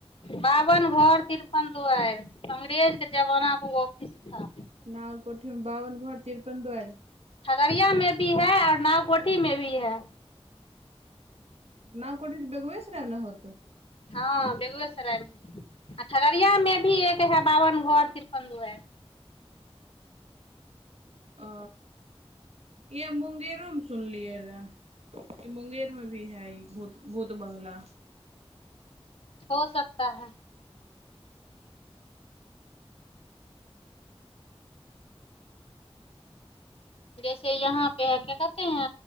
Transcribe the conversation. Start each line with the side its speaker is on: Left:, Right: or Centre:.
Left: बभन घर तिरपन दुआरि अंग्रेज के जमानाे ओ ऑफिस ा
Right: न कोठेमे बाबावन घोर तिरपन दुआर
Left: खगड़िया में भी है और नव कोोठी में भी है
Right: न कोठे बेगुबेसराब न होत
Left: हँ बेगुएसरायमे आ खगड़ियामे भी एक हए बाबन घर तिरपन दुहार
Right: आ इह मुंगेरो मे सुनलियै रहे ई मुंगेर मे भी है ई भूत भूत बङंगला
Left: हो सकता है जैसे यहाँ पे है क्या कहते है